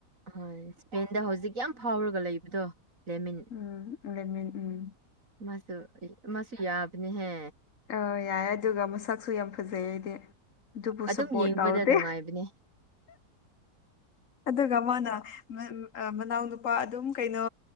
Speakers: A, on the right; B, on the left.
A: ꯍꯣꯏ ꯏꯁꯄꯦꯟꯗ ꯍꯧꯖꯤꯛ ꯌꯥꯝ ꯐꯥꯎꯔꯒ ꯂꯩꯕꯗꯣ ꯂꯦꯃꯤꯟ
B: ꯎꯝ ꯂꯦꯃꯤꯟ ꯎꯝ
A: ꯃꯥꯁꯨ-ꯃꯥꯁꯨ ꯌꯥꯕꯅꯦꯍꯦ
B: ꯑ ꯌꯥꯏꯌꯦ ꯑꯗꯨꯒ ꯃꯁꯛꯁꯨ ꯌꯥꯝ ꯐꯖꯩ ꯑꯩꯗꯤ ꯑꯗꯨꯕꯨ
A: ꯑꯗꯨꯝ
B: ꯁꯞꯄꯣꯔꯠ
A: ꯌꯦꯡꯕꯗ
B: ꯇꯧꯗꯦ
A: ꯅꯨꯡꯉꯥꯏꯕꯅꯦ
B: ꯑꯗꯨꯒ ꯃꯥꯅ ꯃ-ꯎꯝ-ꯃꯅꯥꯎꯅꯨꯄꯥ ꯑꯗꯨꯝ ꯀꯩꯅꯣ